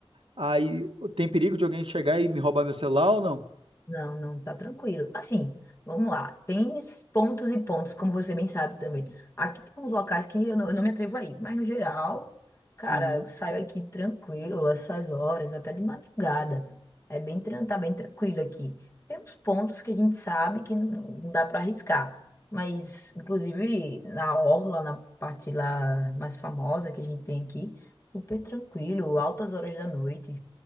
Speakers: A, on the right (about 65°); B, on the left (about 30°).
A: Aí tem perigo de alguém chegar e me roubar meu celular ou não?
B: Não, não, tá tranquilo. Assim, vamos lá. Tem pontos e pontos, como você bem sabe também. Aqui tem uns locais que eu não, eu não me atrevo a ir, mas no geral, cara,
A: Uhum,
B: eu saio aqui tranquilo, essas horas, até de madrugada. É bem, tran- tá bem tranquilo aqui. Tem uns pontos que a gente sabe que não, não dá para arriscar, mas inclusive na orla, na parte lá mais famosa que a gente tem aqui, super tranquilo, altas horas da noite,